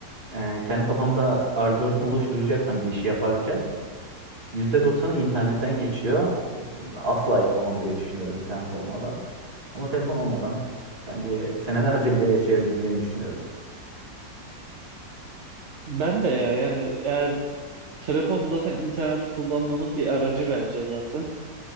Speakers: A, on the right; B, on the right.
A: Ee, kendi kafamda algoritma oluşturacaksam bir işi yaparken yüzde doksanı internetten geçiyor. Asla yapamam diye düşünüyorum internet olmadan. Ama telefon olmadan bence senelerce bile yaşayabileceğimi düşünüyorum.
B: Ben de ya yani eğer telefon zaten internet kullanmanın bir aracı bence zaten.